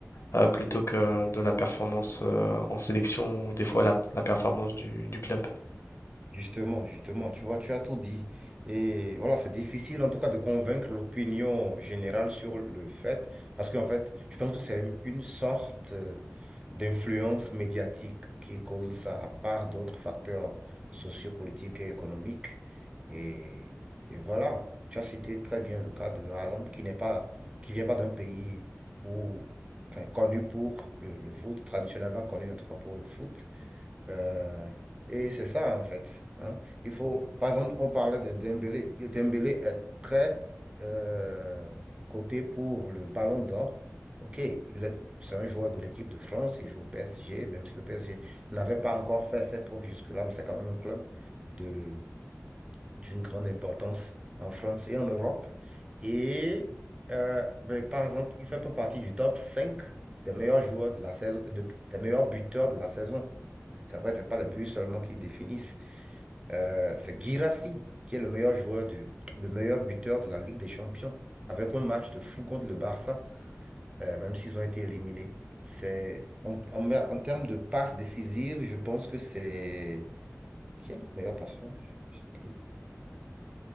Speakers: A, on the left; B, on the right.
A: euh, plutôt que de la performance euh, en sélection ou des fois la, la performance du, du club.
B: Justement, justement, tu vois, tu as tout dit. Et voilà, c'est difficile en tout cas de convaincre l'opinion générale sur le fait, parce qu'en fait, je pense que c'est une sorte euh, d'influence médiatique qui cause ça, à part d'autres facteurs sociopolitiques et économiques. Et, et voilà, tu as cité très bien le cas de Haaland, qui n'est pas, qui vient pas d'un pays où, enfin, connu pour le, le foot, traditionnellement connu en tout cas pour le foot. Euh, et c'est ça, en fait. hein. Il faut, par exemple, on parlait de Dembélé. Et Dembélé est très euh, coté pour le Ballon d'Or. OK, il est- c'est un joueur de l'équipe de France, il joue au PSG, même si le PSG n'avait pas encore fait ses preuves jusque-là, mais c'est quand même un club de, d'une grande importance en France et en Europe. Et euh, ben, par exemple, il fait pas partie du top 5 des meilleurs joueurs de la saison, de- des meilleurs buteurs de la saison. C'est vrai, c'est pas le but seulement qui définissent. Euh, c'est Guirassy qui est le meilleur joueur de, le meilleur buteur de la Ligue des Champions avec un match de fou contre le Barça, euh, même s'ils ont été éliminés. C'est en, en- en termes de passes décisives, je pense que c'est qui est le meilleur passeur? Je sais plus.